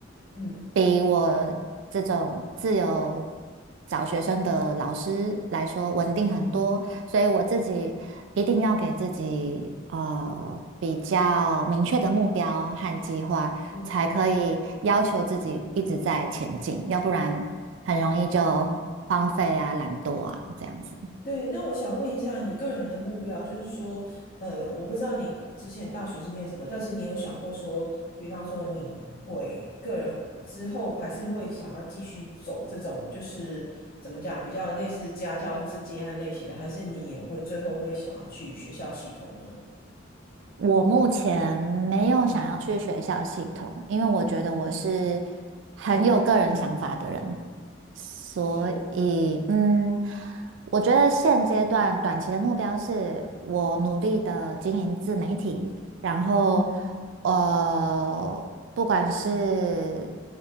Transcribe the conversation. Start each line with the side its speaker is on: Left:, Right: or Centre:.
Left: 嗯
Right: 比我这种自由找学生的老师来说稳定很多，
Left: 嗯哼，
Right: 所以我自己一定要给自己呃比较明确的目标和计划，
Left: 是是，
Right: 才可以要求自己一直在前进，要不然很容易就荒废啊、
Left: 嗯哼。
Right: 懒惰啊这样子。
Left: 对，那我想问一下你个人的目标，就是说，呃，我不知道你之前大学是念什么，但是你有想过说，比方说你会个人之后还是会想要继续走这种，就是怎么讲，比较类似家教或是接案类型的，还是你也会最后会想要去学校系统呢？
Right: 我目前没有想要去学校系统，
Left: 嗯
Right: 因为我觉得我是
Left: 嗯哼哼，
Right: 很有个人想法的人，
Left: 是
Right: 所以嗯，
Left: 是，
Right: 我觉得现阶段短期的目标是我努力的经营自媒体，然后
Left: 嗯哼，
Right: 呃，不管是